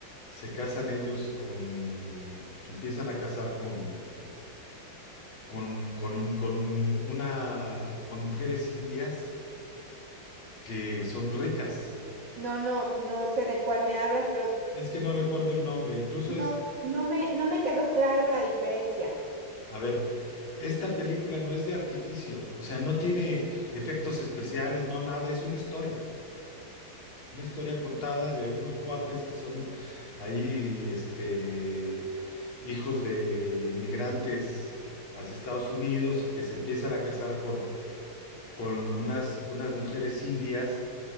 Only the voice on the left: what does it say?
se casan ellos con, se empiezan a casar con, con, con, in- con una, con mujeres indias que son ricas.
Es que no recuerdo el nombre, incluso
es,
A ver, esta película no es de artificio, o sea, no tiene efectos especiales, no nada, es una historia, una historia contada de unos cuates que son ahí, este, hijos de inmigrantes hacia Estados Unidos y que se empiezan a casar con, con unas, unas mujeres indias